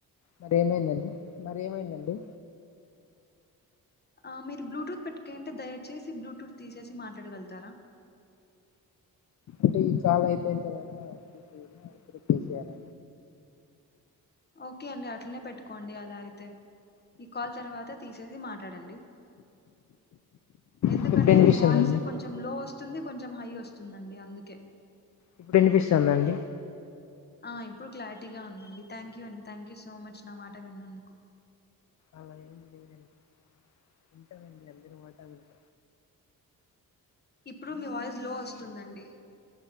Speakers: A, on the left (about 50°); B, on the left (about 25°).
A: మరి ఏమైందండి మరి ఏమైందండి
B: ఆ మీరు బ్లూటూత్ పెట్కొయింటే దయచేసి బ్లూటూత్ తీసేసి మాట్లాడగలుగుతారా.
A: అంటే ఈ కాల్ అయిపోయిన తర్వాత ఇక్కడ <unintelligible> పేస్ట్ చేయాల
B: ఓకే అండి అట్లనే పెట్టుకోండి అలా అయితే ఈ కాల్ తర్వాత తీసేసి మాట్లాడండి ఎందుకంటే
A: ఇప్పుడు వినిపిస్తుందండి
B: మీ వాయిస్ కొంచెం లో వస్తు స్తుంది కొంచెం హై వస్తుందండి అందుకే
A: ఇప్పుడు వినిపిస్తుంద అండి
B: ఆ ఇప్పుడు క్లారిటీగా ఉందండి థాంక్యూ అండి థాంక్యూ సో మచ్ నా మాట విన్నందుకు.
A: అలా ఏం లేదండి వింటము అండి అందరి మాట వింట
B: ఇప్పుడు మీ వాయిస్ లో వస్తుందండి.